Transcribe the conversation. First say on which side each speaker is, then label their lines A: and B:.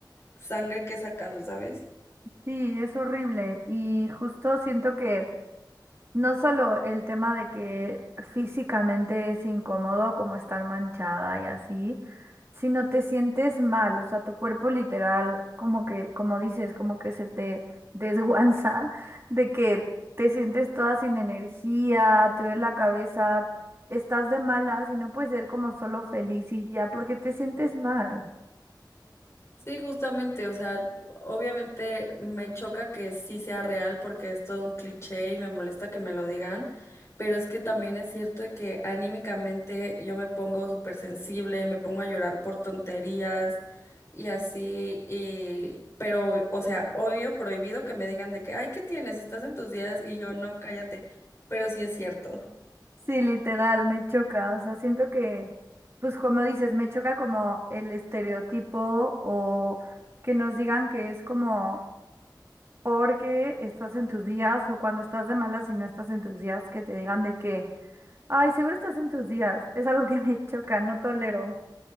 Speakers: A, on the left; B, on the right.
A: sangre que he sacado, ¿sabes?
B: Sí, es horrible y justo siento que No solo el tema de que físicamente es incómodo como estar manchada y así, sino te sientes mal, o sea, tu cuerpo literal, como que, como dices, como que se te <laughs> desguanza de que te sientes toda sin energía, te duele la cabeza, estás de malas y no puedes ser como solo feliz y ya, porque te sientes mal.
A: Sí, justamente, o sea, obviamente me choca que sí sea real porque es todo un cliché y me molesta que me lo digan, pero es que también es cierto de que anímicamente yo me pongo súper sensible, me pongo a llorar por tonterías y así, y, pero, o sea, obvio, prohibido que me digan de que, ay, ¿qué tienes? Estás en tus días y yo no, cállate, pero sí es cierto.
B: Sí, literal, me choca. O sea, siento que, pues como dices, me choca como el estereotipo o que nos digan que es como porque estás en tus días o cuando estás de malas y no estás en tus días, que te digan de que, ay, seguro estás en tus días. Es algo que me choca, no tolero.